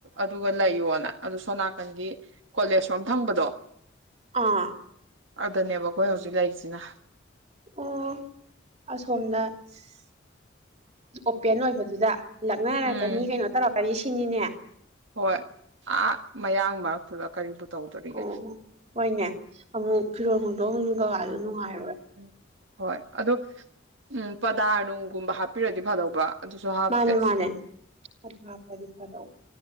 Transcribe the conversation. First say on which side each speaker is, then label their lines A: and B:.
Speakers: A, on the right; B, on the right.
A: ꯑꯗꯨꯒ ꯂꯩꯌꯣꯅ ꯑꯗꯨ ꯁꯣꯝꯅꯥꯀꯟꯒꯤ ꯀꯣꯂꯦꯖ ꯔꯣꯝ ꯊꯪꯕꯗꯣ
B: ꯑꯥ
A: ꯑꯗꯅꯦꯕ ꯑꯩꯈꯣꯏ ꯍꯧꯖꯤꯛ ꯂꯩꯔꯤꯁꯤꯅ
B: ꯑꯣ ꯑꯁꯣꯝꯅ ꯑꯣꯄꯦꯟ ꯑꯣꯏꯕꯗꯨꯗ ꯂꯛꯅꯔꯛꯀꯅꯤ
A: ꯎꯝ
B: ꯀꯩꯅꯣ ꯇꯧꯔꯛꯀꯅꯤ ꯁꯤ ꯁꯤꯅꯤꯅꯦ
A: ꯍꯣꯏ ꯑꯥ ꯃꯌꯥꯡ ꯃꯔꯛꯇꯨꯗ ꯀꯔꯤꯕꯨ ꯇꯧꯗꯣꯔꯤꯒꯦ
B: ꯑꯣ ꯍꯣꯏꯅꯦ ꯑꯃꯨꯛ ꯐꯤꯔꯣꯜ ꯍꯣꯡꯗꯣꯛ ꯍꯣꯡꯖꯤꯟꯒ ꯅꯨꯡꯉꯥꯔꯣꯏ
A: ꯎꯝ ꯍꯣꯏ ꯑꯗꯣ ꯎꯝ ꯄꯗꯥꯔ ꯅꯨꯡꯒꯨꯝꯕ ꯍꯥꯞꯄꯤꯔꯗꯤ ꯐꯗꯧꯕ ꯑꯗꯨꯁꯨ ꯍꯥꯞꯇꯦ
B: ꯃꯥꯅꯦ ꯃꯥꯅꯦ ꯑꯗꯨ ꯍꯥꯞꯄꯗꯤ ꯐꯗꯧꯕ